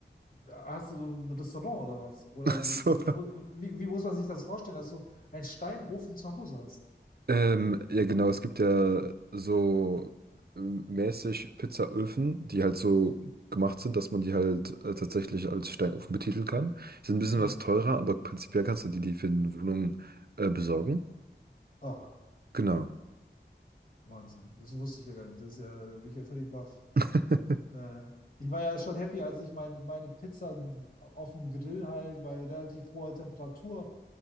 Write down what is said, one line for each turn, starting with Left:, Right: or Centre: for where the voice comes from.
Left: hast du so ein Restaurant oder was?
Right: <laughs>
Left: Oder
Right: Ach so.
Left: wie, wie, mu- wie, wie muss man sich das vorstellen, dass du einen Steinofen zu Hause hast?
Right: Ähm, ja, genau. Es gibt ja so ähm, mäßig Pizzaöfen, die halt so gemacht sind, dass man die halt äh, tatsächlich als Steinofen betiteln kann. Sind ein bisschen
Left: Ja.
Right: was teurer, aber prinzipiell kannst du die, die für eine Wohnung äh, besorgen.
Left: Ach,
Right: Genau.
Left: Wahnsinn. Das wusste ich ja gar nicht. Das ist ja, da bin ich ja völlig baff.
Right: <laughs>
Left: Da, ich war ja schon happy, als ich mein, meine Pizza auf dem Grill halt bei relativ hoher Temperatur